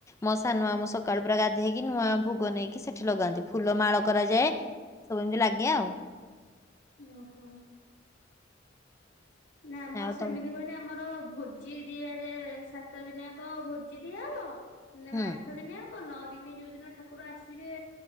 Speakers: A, on the left (about 15°); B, on the left (about 75°).
A: ମୋ ସାନ ମାମୁଁ ସକାଳୁ ପୁରା ଗାଧେଇକି ନୂଆ ଭୋଗ ନେଇକି ସେଠି ଲଗାନ୍ତି ଫୁଲ ମାଳ କରାଯାଏ ସବୁ ଏମିତି ଲାଗେ ଆଉ
B: ଓହୋଃ। ନା ଆମର
A: ଆଉ
B: ସେମିତି
A: ତ
B: ହୁଏନି ଆମର <inaudible> ଭୋଜି ଦିଆଯାଏ ସାତ ଦିନିଯାଙ୍କ ଭୋଜି ଦିଆହବ। <unintelligible>
A: ହୁଁ
B: ଆଠ ଦିନିଆଉ ଓ ନଅ ଦିନ ଯୋଉଦିନ ଠାକୁର ଆସିବେ